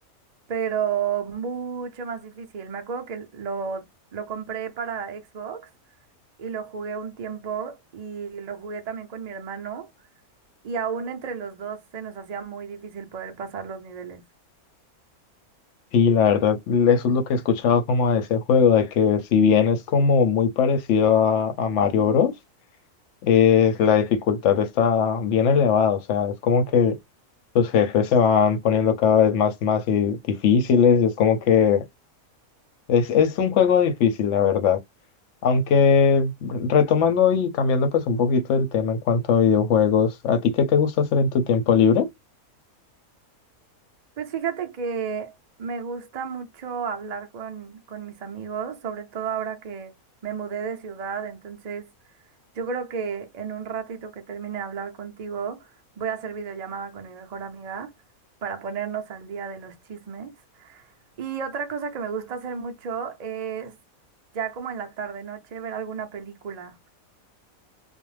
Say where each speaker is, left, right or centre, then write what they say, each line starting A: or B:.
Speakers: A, on the right (about 70°); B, on the left (about 65°).
A: pero mucho más difícil. Me acuerdo que lo, lo compré para Xbox y lo jugué un tiempo y lo jugué también con mi hermano y aún entre los dos se nos hacía muy difícil poder pasar los niveles.
B: sí la verdad, eso es lo que he escuchado como de ese juego, de que si bien es como muy parecido a, a Mario Bros., eh, la dificultad está bien elevada, o sea, es como que Sus jefes se van poniendo cada vez más, más y difíciles y es como que es, es un juego difícil, la verdad. Aunque retomando y cambiando pues un poquito el tema en cuanto a videojuegos, ¿a ti qué te gusta hacer en tu tiempo libre?
A: Pues fíjate que me gusta mucho hablar con, con mis amigos, sobre todo ahora que me mudé de ciudad, entonces yo creo que en un ratito que termine de hablar contigo, voy a hacer videollamada con mi mejor amiga para ponernos al día de los chismes. Y otra cosa que me gusta hacer mucho es ya como en la tarde noche ver alguna película.